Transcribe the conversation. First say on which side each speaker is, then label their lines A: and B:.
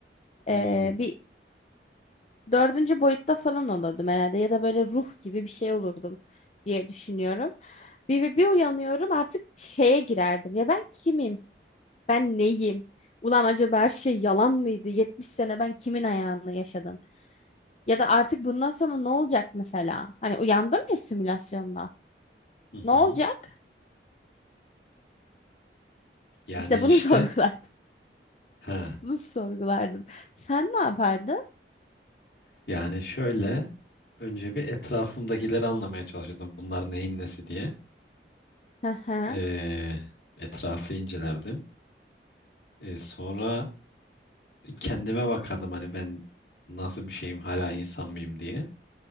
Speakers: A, on the left; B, on the left.
A: Hmm.
B: E, bir dördüncü boyutta falan olurdum herhalde ya da böyle ruh gibi bir şey olurdum diye düşünüyorum. Bir, bir, bir uyanıyorum artık şeye girerdim. Ya ben kimim? Ben neyim? Ulan acaba her şey yalan mıydı? 70 sene ben kimin ayağını yaşadım? Ya da artık bundan sonra ne olacak mesela? Hani uyandım ya simülasyonda.
A: Hı
B: Ne
A: hı.
B: olacak?
A: Yani
B: İşte bunu
A: işte
B: <laughs> sorgulardım.
A: ha
B: Bunu sorgulardım. Sen ne yapardın?
A: yani şöyle önce bir etrafımdakileri anlamaya çalışıyordum. Bunlar neyin nesi diye.
B: Hı hı.
A: Ee, etrafı incelerdim. Ee, sonra kendime bakardım hani ben nasıl bir şeyim hala insan mıyım diye.